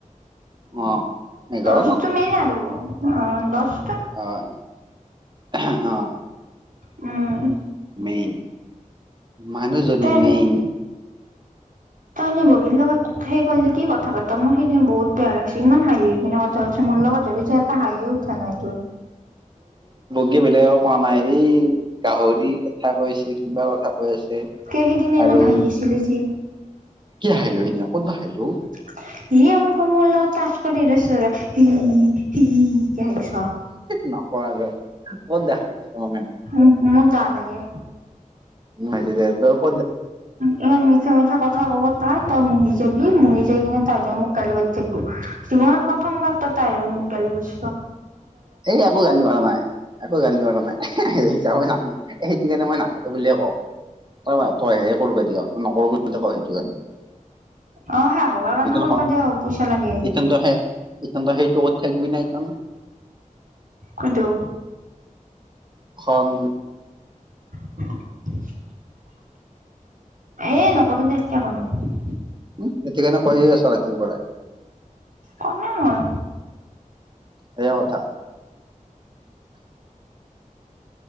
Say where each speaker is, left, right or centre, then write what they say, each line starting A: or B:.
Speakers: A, on the right; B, on the right.
A: অ'। এঘাৰ
B: দশটো মেইন আৰু অ' দশ
A: হয় আহ।
B: উম।
A: মেইন মানুহজনী
B: তই
A: মেইন।
B: তাইনে বগীৰ লগত সেই কৰলি কি কথা পাত মোৰ সেইদিনা বহুত বেয়া লাগিছি। ইমান হাঁহি কিনে কথা পাতিছ মূৰ লগত হ'লেতো এটা হাঁহিও উঠা নাই তোৰ।
A: বেলেগও কোৱা নাই এই গাহৰি কথা কৈছে কিবা কথা কৈ আছে
B: কে সিদিনা ইমান
A: আৰু
B: হাঁহি আছিলি যি
A: কি হাহিঁলো সেইদিনা ক'ত বা হাহিঁলো অ'।
B: <inaudible> কে হাঁহিছ
A: নকওঁ আৰু যা ক'ত দেখলি <unintelligible>
B: উম, মোৰ দা লাগে।
A: <unintelligible> তোক
B: ইমান মিছা মিছা ক'ত কথা ক'ব তাই তই মৰি যাবি। মহি যায় কিনে তাই মোক গালি পাৰি থাকিব। জীৱনত প্ৰথমবাৰ তাইৰ হৈ মোক গালি পাৰিছ।
A: সেই একো গালি পৰা নাই একো গালি পৰা নাই। <unintelligible> সেইটো কাৰণে মই নাপাতো বুলিয়ে কওঁ <unintelligible> তই হে কৰিব দিয় নকৰো বুলি যে কওঁ সেইটো কাৰণে।
B: অ সেয়া কবাৰ কাৰণে
A: এতিয়া
B: কৰবা
A: নহয়
B: দে পইচা লাগে
A: এতিয়াটো সেই সেইটো ঠেক <unintelligible>
B: কোনটো?
A: খন
B: <inaudible> এ নকৰো দে কিয় কৰিম।
A: উম, সেইতো কাৰণে কৈয়ে আছো ৰাতিৰ পৰাই।
B: কমেই মই
A: সেয়া কথা